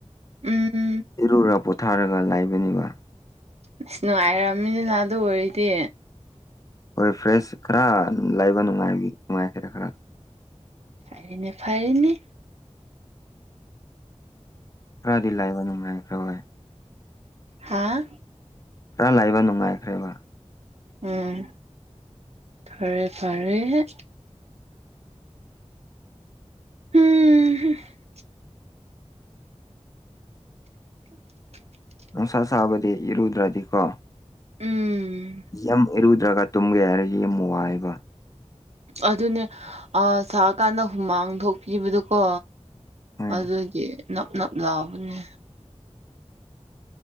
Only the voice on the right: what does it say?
ꯎꯝ꯫
ꯑꯁ ꯅꯨꯡꯉꯥꯏꯔꯝꯅꯤꯅ ꯑꯗꯨ ꯑꯣꯏꯔꯤꯗꯤ꯫
ꯐꯔꯦꯅꯦ ꯐꯔꯦꯅꯤ꯫
ꯍꯥꯥ꯫
ꯎꯝ ꯐꯔꯦ-ꯐꯔꯦ꯫ <unintelligible> <unintelligible>
ꯎꯝ꯫
ꯑꯗꯨꯅꯦ ꯁꯥꯔꯀꯥꯟꯗ ꯍꯨꯃꯥꯡ ꯊꯣꯛꯄꯤꯕꯗꯨꯀꯣ꯫
ꯑꯗꯨꯒꯤ ꯅꯞ-ꯅꯞ ꯂꯥꯎꯕꯅꯦ꯫